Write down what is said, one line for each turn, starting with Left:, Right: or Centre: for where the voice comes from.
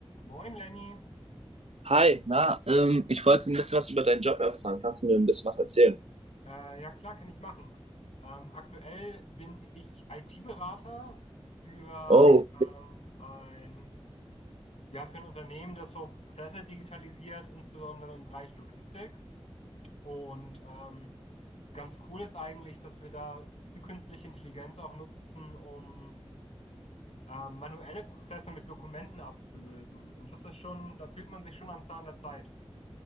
Left: Moin Lenny,
Right: Hi, na, ähm, ich wollte ein bisschen was über deinen Job erfahren. Kannst du mir ein bisschen was erzählen?
Left: äh, ja klar, kann ich machen. Ähm, aktuell bin ich IT-Berater für
Right: Oh,
Left: ähm, ein ja für ein Unternehmen, das so Prozesse digitalisiert, insbesondere im Bereich Logistik. Und ähm, ganz cool ist eigentlich, dass wir da viel künstliche Intelligenz auch nutzen, um ähm, manuelle Prozesse mit Dokumenten abzulösen. Und das ist schon, da fühlt man sich schon am Zahn der Zeit.